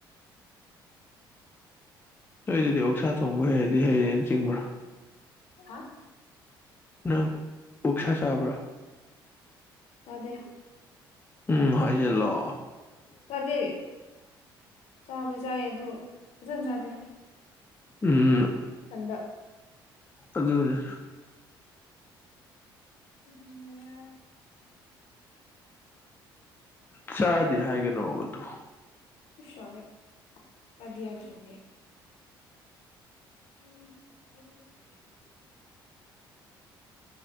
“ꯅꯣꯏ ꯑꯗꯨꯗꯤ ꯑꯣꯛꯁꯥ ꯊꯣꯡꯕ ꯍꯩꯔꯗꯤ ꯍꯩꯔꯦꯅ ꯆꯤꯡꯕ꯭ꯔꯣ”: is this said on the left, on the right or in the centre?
Left